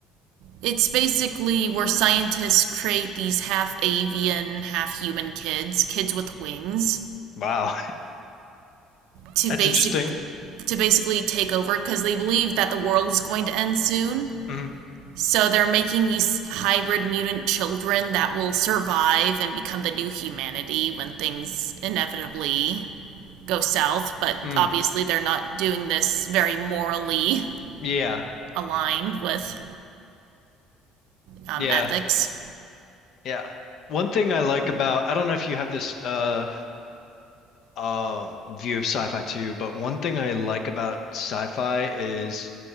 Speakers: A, on the right; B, on the left.
A: It's basically where scientists create these half avian, half human kids, kids with wings,
B: Wow,
A: to
B: <laughs> that's
A: basic
B: interesting.
A: to basically take over because they believe that the world's going to end soon.
B: hmm
A: So they're making these hybrid mutant children that will survive and become the new humanity when things inevitably go south, but
B: Mm.
A: obviously they're not doing this very morally
B: Yeah.
A: aligned with um,
B: Yeah.
A: ethics.
B: Yeah. One thing I like about I don't know if you have this uh um view of sci-fi too, but one thing I like about sci-fi is